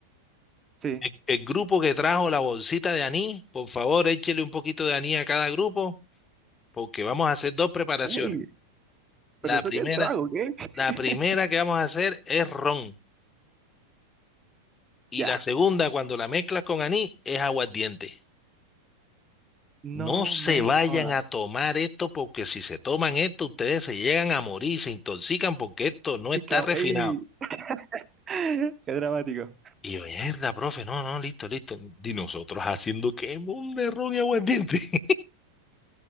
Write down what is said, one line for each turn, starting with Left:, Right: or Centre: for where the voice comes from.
Right: Sí.
Left: El, el grupo que trajo la bolsita de anís, por favor, échele un poquito de anís a cada grupo, porque vamos a hacer dos preparaciones.
Right: Ey, pero
Left: La
Right: eso
Left: primera,
Right: qué trago, ¿qué?
Left: la
Right: <laughs>
Left: primera que vamos a hacer es ron, y
Right: Ya.
Left: la segunda, cuando la mezclas con anís, es aguardiente.
Right: No
Left: No se
Right: me
Left: vayan
Right: jodas.
Left: a tomar esto porque si se toman esto, ustedes se llegan a morir, se intoxican porque esto no
Right: Y
Left: está
Right: que,
Left: refinado.
Right: ey, <laughs> qué dramático.
Left: Y yo, mierda, profe, no, no, listo, listo. Y nosotros haciendo que mon de ron y aguardiente. <laughs>